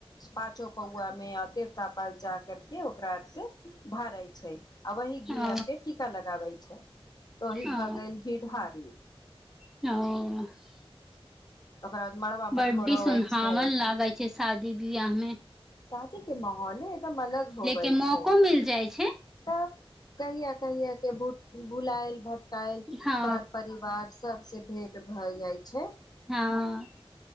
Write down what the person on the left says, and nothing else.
पांचो पौआमे अधे तपल जा करके ओ ओकरा आओर से ढारय छैइ आ वही घी
आरके टीका लगाबय छै त ओही
भ' गेल थारी
ओकरा बाद मड़बा
मटकोर होवे
छै
तऽ त' के माहौले एकदम अलग होबय
छै
त' कहिया कहिया के बुलायल भट यल
पर परिवार सबसे भेट भय जाइ छै